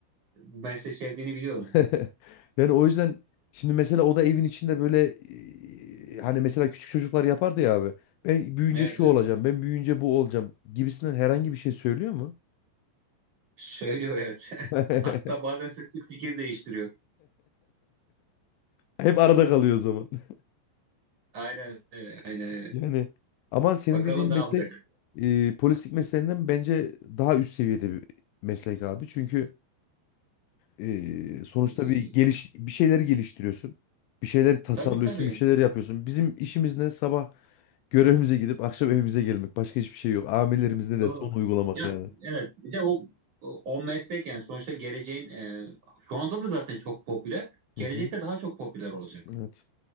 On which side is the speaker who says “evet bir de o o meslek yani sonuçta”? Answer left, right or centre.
Right